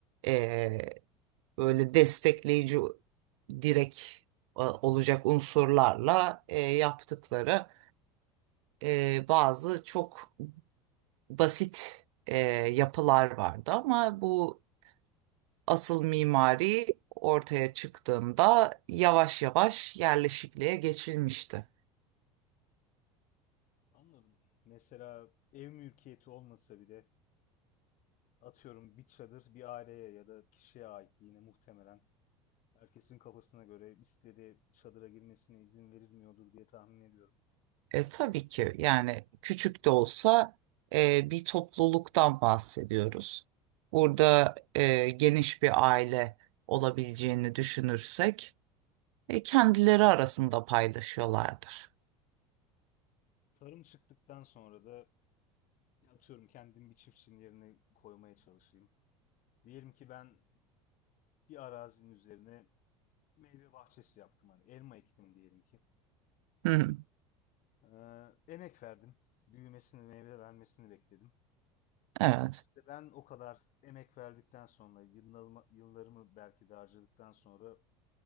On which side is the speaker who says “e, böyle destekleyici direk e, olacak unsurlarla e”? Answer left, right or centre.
Right